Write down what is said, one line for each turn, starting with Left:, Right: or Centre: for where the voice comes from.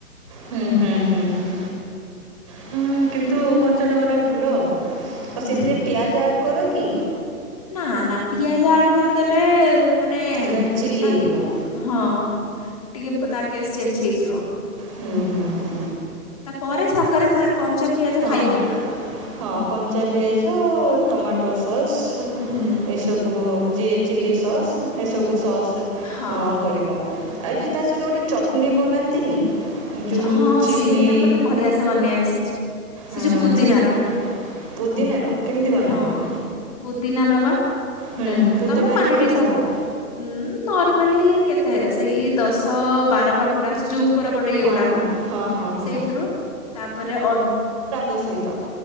Right: ହୁଁ ହୁଁ ହୁଁ ହୁ ହୁଁ କିନ୍ତୁ କଞ୍ଚାଲଙ୍କା ଟା ଭଲ। ଆଉ
Left: ହୁଁ
Right: ସେଥିରେ ପିଆଜ ଆଡ କର କି?
Left: ନାଁ ନାଁ ପିଆଜ ଆଡ କରିଦେଲେ। ମାନେ
Right: ହେଟା ଚିଲ୍ଲି
Left: ତା
Right: ହେଇଯିବ।
Left: ହଁ ଟିକେ ତା ଟେଷ୍ଟ ଚେଞ୍ଜ ହେଇଯିବ।
Right: ହୁଁ ହୁଁ ହୁଁ
Left: ତାପରେ ସାଙ୍ଗରେ ତା କଞ୍ଚା ପିଆଜ
Right: ହଁ
Left: ଖାଇପାରିବା।
Right: ହଁ କଞ୍ଚା ପିଆଜ ଟମାଟୋ ସସ୍।
Left: ହୁଁ।
Right: ସବୁ ଯିଏ ଚିଲ୍ଲି ସସ୍ ଏସବୁ ସସ୍
Left: ହଁ
Right: ଅଁ କରିବ। ଆଉ ଯୋଉ ତା ସହିତ ଗୋଟେ ଚଟଣୀ ବନାନ୍ତିନି। ଯୋଉ
Left: ହଁ
Right: ଚିଲ୍ଲି
Left: ସେଇଟା ମତେ ବଢିଆ ସେ ବନେଇ ଆସିଛି ସେ
Right: ହଁ
Left: ଯୋଉ ପୁଦିନାର
Right: ସେଟା ପୁଦିନା ର କେମିତି ବନାନ୍ତି?
Left: ହଁ ପୁଦିନା ନବା
Right: ହୁଁ
Left: ଦେନ
Right: ପୁଦିନା
Left: ତମ କ୍ଵାଣ୍ଟିଟ
Right: କେତେ
Left: ହିସାବରେ।
Right: ନେବ
Left: ଉଁ ନର୍ମାଲି କେତେ ସେଇ ଦଶ ବାର ପାଖୁଡା ସେ ଯୋଉ ଉପର ପ ଟେ ଇଏ
Right: ହଁ
Left: ଗୁଡାକ
Right: ହଁ ହଁ ହଁ ହଁ
Left: ସେଇଥିରୁ ତାପରେ ଅ
Right: ସେଇତ।